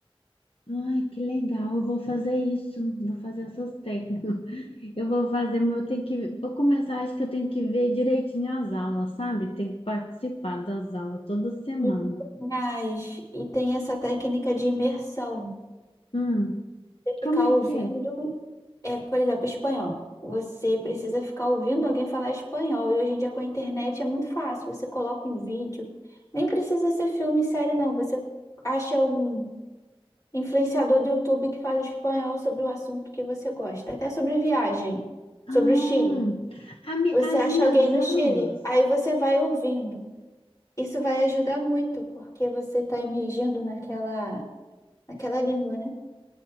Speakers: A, on the left; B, on the left.
A: Ai, que legal. Eu vou fazer isso. Vou fazer essas técnicas. <laughs> Eu vou fazer, mas eu tenho que. Vou começar, acho que eu tenho que ver direitinho as aulas, sabe? Tem que participar das aulas toda semana.
B: E tem as- e tem essa técnica de imersão.
A: Hum.
B: Você
A: Como
B: ficar
A: é
B: ouvindo,
A: que é?
B: é, por exemplo, espanhol. Você precisa ficar ouvindo alguém falar espanhol. E hoje em dia com a internet é muito fácil. Você coloca um vídeo. Nem precisa ser filme, série, não. Você acha um influenciador do YouTube que fala espanhol sobre o assunto que você gosta. Até sobre viagem,
A: Ah,
B: sobre o Chile.
A: a mi-
B: Você
A: as
B: acha
A: minhas
B: alguém no
A: aulas.
B: Chile, aí você vai ouvindo. Isso vai ajudar muito, porque você está imergindo naquela, naquela língua, né?